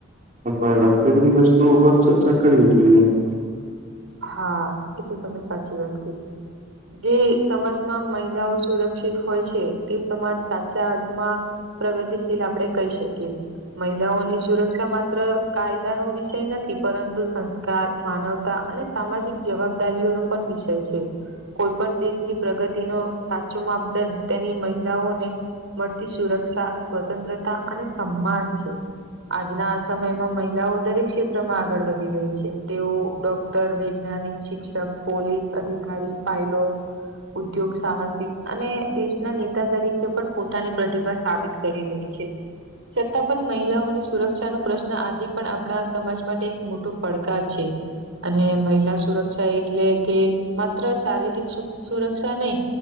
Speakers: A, on the right (about 35°); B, on the right (about 75°).
A: સંભા રા બધી વસ્તુઓ પર ચર્ચા કરવી જોઈએ એમ.
B: હા એ તો તમે સાચી વાત કીધી. જે સમાજમાં મહિલાઓ સુરક્ષિત હોય છે તે સમાજ સાચા અર્થમાં પ્રગતિશીલ આપણે કહી શકીએ. મહિલાઓની સુરક્ષા માત્ર કાયદાનોો વિષય નથી પરંતુ સંસ્કાર માનવતા અને સામાજિક જવાબદારીઓનો પણ વિષય છે. કોઈ પણ દેશની પ્રગતિનો સાચો માપદંડ તેની મહિલાને મળતી સુરક્ષા સ્વતંત્રતા અને સમાન છે. આજના આ સમયમાં મહિલાઓ દરેક ક્ષેત્રમાં આગળ વધી રહી છે તેઓ ડોક ર વૈજ્ઞાનિક શિક્ષક પોલીસ અધિકારી પાયલોટ ઉદ્યોગ સાહસિક અને દેશના નેતા તરીકે પણ પોતાની પ્રતિભા સાબિત કરી રાય છે. છતાં પણ મહિલાઓની સુરક્ષા નો પ્રશ્ન આજે પણ આપણા સમાજ માટે એક મોટો પડકાર છે. અને મહિલા સુરક્ષા એટલે કે માત્ર શારીરિક સુરક્ષા નહી